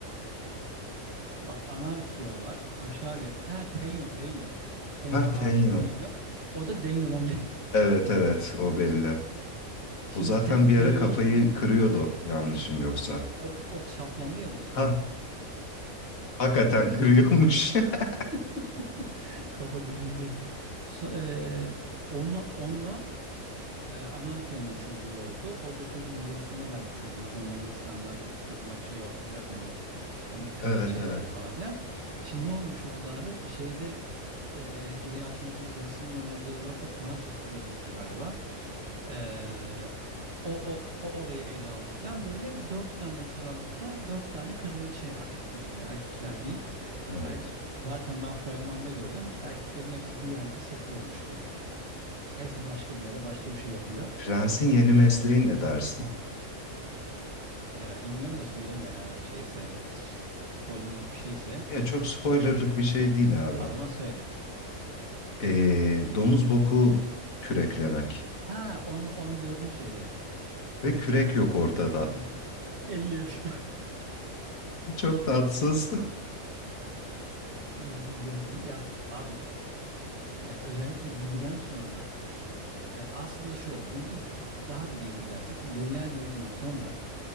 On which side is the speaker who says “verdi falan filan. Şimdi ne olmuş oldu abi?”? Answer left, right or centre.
Right